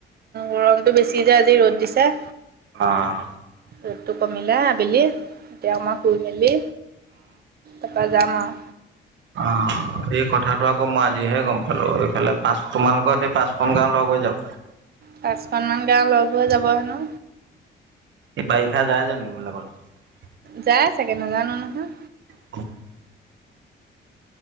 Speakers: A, on the right; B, on the right.
A: উ গৰমটো বেছি যে আজি। ৰ'দ দিছে।
B: অঁ।
A: ৰ'দটো কমিলে আবেলি তেওঁ মই শুই মেলি তাৰপৰা যাম আও।
B: অ, এই কথাটো আকৌ মই আজিহে গম পালো। এইফালে পাঁচ তোমালোকৰ সেই পাঁচখন গাঁও লগ হৈ যাব
A: পাঁচখনমান গাওঁ লগ হৈ যাব হেনো।
B: এই বাৰিষা যায় জানো এইবিলাকত?
A: যাই ছাগে, নাজানো নহয়।
B: <inaudible>